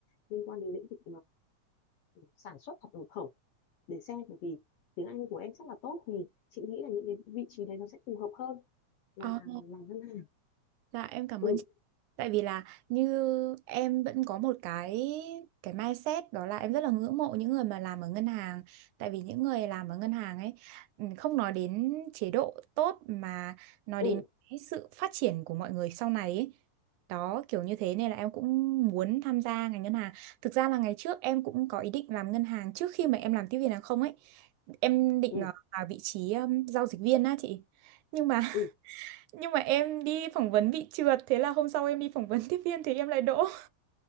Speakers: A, on the left (about 70°); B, on the right (about 80°).
A: liên quan đến lĩnh vực ờ, sản xuất hoặc nhập khẩu để xem bởi vì tiếng Anh của em rất là tốt thì chị nghĩ là những cái vị trí đấy nó sẽ phù hợp hơn là
B: Ờ,
A: làm ngân hàng
B: dạ em cảm
A: ừ
B: ơn Tại vì là như em vẫn có một cái cái mindset đó là em rất là ngưỡng mộ những người mà làm ở ngân hàng. Tại vì những người làm ở ngân hàng ấy ừ, không nói đến chế độ tốt mà nói
A: ừ
B: đến cái sự phát triển của mọi người sau này ấy. Đó kiểu như thế nên là em cũng muốn tham gia ngành ngân hàng. Thực ra là ngày trước em cũng có ý định làm ngân hàng trước khi mà em làm tiếp viên hàng không ấy. Em định
A: ừ
B: ờ, vào vị trí um, giao dịch viên á chị. Nhưng mà
A: ừ
B: nhưng mà em đi phỏng vấn bị trượt thế là hôm sau em đi phỏng vấn tiếp viên thì em lại đỗ